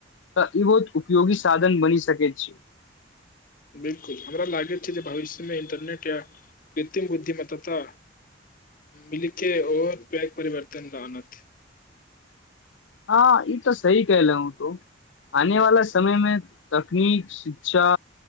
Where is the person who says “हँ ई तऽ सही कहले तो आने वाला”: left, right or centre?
Left